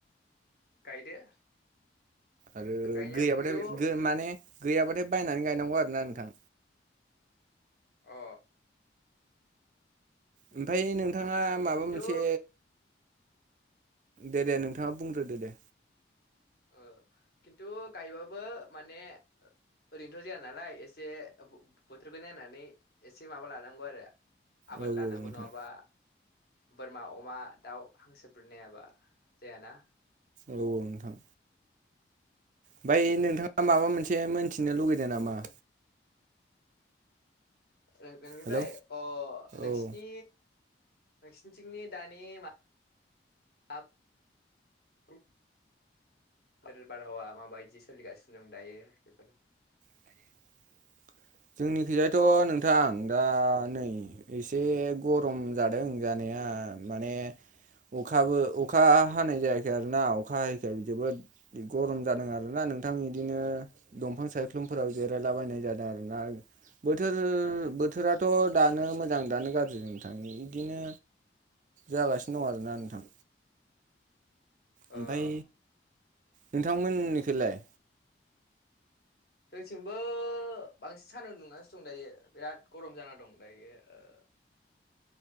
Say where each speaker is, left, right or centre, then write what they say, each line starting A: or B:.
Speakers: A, on the left; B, on the right.
A: गायदो
B: आरो
A: गायनायाबो
B: गैयाबाथाय
A: खिन्थु
B: माने गैयाबाथाय बायनानै गायनां गौ आरो ना नोंथां
A: अ
B: ओमफ्राय नोंथाङा माबा
A: खिन्थु
B: मोनसे दे दे नोंथाङा बुंग्रोदो दे
A: ओ खिन्थु गायबाबो माने ओरैनोथ' जाया नालाय एसे बोथोरखौ नायनानै एसे माबा लानांगौ आरो आबाद
B: औ
A: लानांगौ
B: औ नोंथां
A: नङाबा बोरमा अमा दाउ हांसोफोर नायाबा जायाना
B: औ औ नोंथां ओमफ्राय नोंथाङा माबा मोनसे मोनथिनो लुगैदों नामा
A: ओ नोंनिफ्राय
B: हेल'
A: अ नोंसिनि
B: औ
A: नोंसिनिथिंनि दानि मा <unintelligible> <unintelligible> बारहावा माबायदि सोलिगासिनो दं दायो बेफोर
B: <inaudible> जोंनिखैजायाथ' नोंथां दा नै एसे गरम जादों जानाया ओ माने अखाबो अखा हानाय जायाखै आरोना अखा हायैखाय जोबोद गरम जादों आरोना नोंथां बिदिनो दंफां सायख्लुमफोराव जिरायलाबायनाय जादों आरोना बोथोर बोथोराथ' दानो मोजां दानो गाज्रि थाङो बिदिनो जागासिनो दं आरोना नोंथां ओमफाय
A: अ
B: नोंथांमोननिखैलाय
A: जोंथिंबो बांसिन सानदुं दुंगासि दं दायो बिराद गरम जाना दं दायो